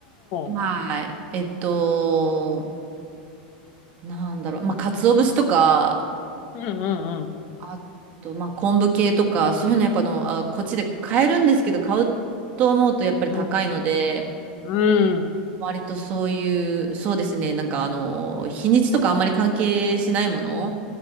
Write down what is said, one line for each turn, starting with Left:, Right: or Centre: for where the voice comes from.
Left: ー。
Right: はい。えっと、なんだろう。まあ、鰹節とか、
Left: うんうん
Right: あと、まあ、昆布系とか、そういうのやっぱあの、あ、こっちで買えるんですけど、買うと思うとやっぱり高いので、
Left: うん。うん。うん
Right: 割とそういう、そうですね。なんかあの、日にちとかあんまり関係しないもの。